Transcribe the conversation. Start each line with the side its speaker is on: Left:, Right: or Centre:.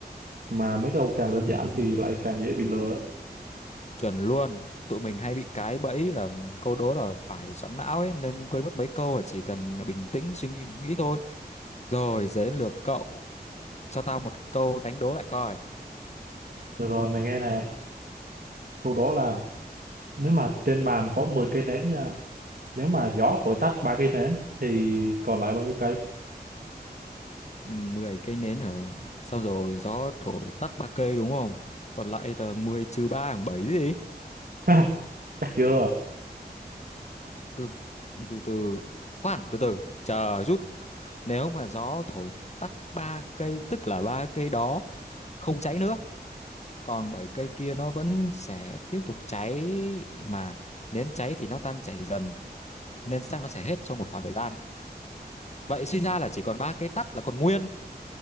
Right: mà mấy câu càng đơn giản thì lại càng dễ bị lừa
Left: chuẩn luôn tụi mình hay bị cái bẫy là câu đố là phải xoắn não ấy nên quên mất mấy câu chỉ cần bình tĩnh suy nghĩ nghĩ thôi rồi giờ đến lượt cậu cho tao một câu đánh đố lại coi.
Right: được rồi mày nghe nè câu đó là nếu mà trên bàn có 10 cây nến nha nếu mà gió thổi tắt ba cây nến thì còn lại bao nhiêu cây
Left: Ừm, 10 cây nến hả? Xong rồi gió thổi tắt ba cây đúng không? Còn lại là 10 trừ 3 bằng 7 gì?
Right: ha chắc chưa
Left: Từ từ từ khoan, từ từ chờ rút. Nếu mà gió thổi tắt ba cây tức là ba cây đó không cháy nữa, còn bảy cây kia nó vẫn sẽ tiếp tục cháy mà nến cháy thì nó tan chảy dần, nên chắc nó sẽ hết trong một khoảng thời gian. Vậy suy ra là chỉ còn ba cây tắt là còn nguyên